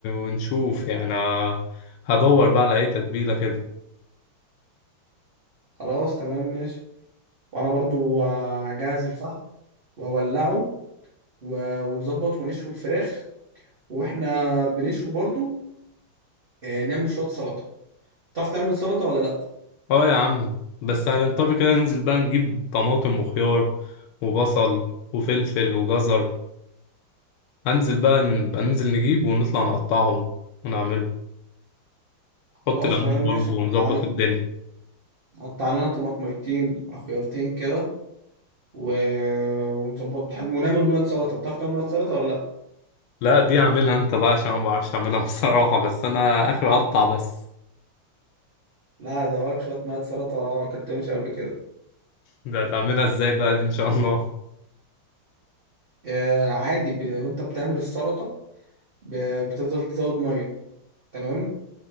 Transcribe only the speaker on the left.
ونشوف يعني آه، هدور بقى على أي تتبيلة كده
اه يا عم بس هنضطر كده ننزل بقى نجيب طماطم وخيار وبصل وفلفل وجزر هنزل بقى نبقى ننزل نجيب ونطلع نقطعهم ونعمله
حط ليمون
برضه
ونظبط
الدنيا
لا دي اعملها انت بقى عشان أنا ما بعرفش اعملها <laughs> بصراحة بس انا اخر اقطع بس
ده هتعملها ازاي بقى دي ان شاء الله